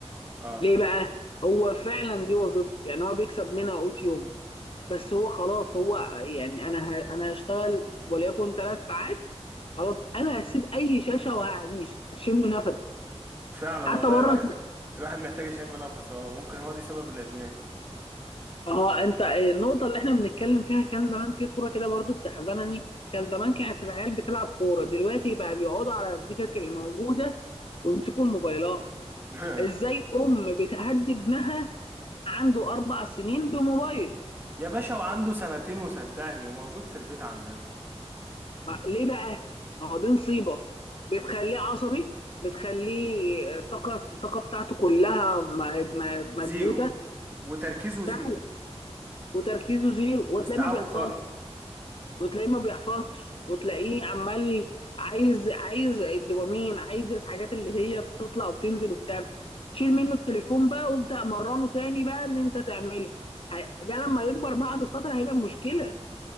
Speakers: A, on the right (about 20°); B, on the left (about 55°).
A: اه
B: ليه بقى هو فعلا دي وظيفته يعني هو بيكسب منها قوت يوم بس هو خلاص هو يعني انا ه... انا هشتغل وليكن ثلاث ساعات خلاص انا هسيب اي شاشه وهعيش اشم نفسي
A: فعلا
B: حتى
A: والله
B: بره
A: الواحد الواحد محتاج يشم نفسه اه ممكن هو دي سبب الادمان
B: اه انت آه، النقطة اللي احنا بنتكلم فيها كان زمان في صورة كده برضو بتحزنني كان زمان كانت العيال بتلعب كورة دلوقتي بقى بيقعدوا على الدكك اللي موجودة ويمسكوا الموبايلات
A: <laughs>
B: ازاي ام بتهدي ابنها عنده اربع سنين بموبايل
A: يا باشا وعنده سنتين وصدقني وموجود في البيت عندنا
B: ما- ليه بقى؟ ما هو دي نصيبة بتخليه عصبي بتخليه الطاقة الطاقة بتاعته كلها م- م-
A: زيرو
B: مكبوتة
A: وتركيزه زيرو
B: فعلا وتركيزه زيرو
A: واستيعابه
B: وتلاقيه ما بيحفظش
A: خرا
B: وتلاقيه ما بيحفظش وتلاقيه عمال عايز عايز الدوبامين عايز الحاجات اللي هي بتطلع وبتنزل وبتاع شيل منه التليفون بقى وابدأ مرنه تاني بقى ان انت تعمله ه- ده لما يكبر بعد فترة هيبقى مشكلة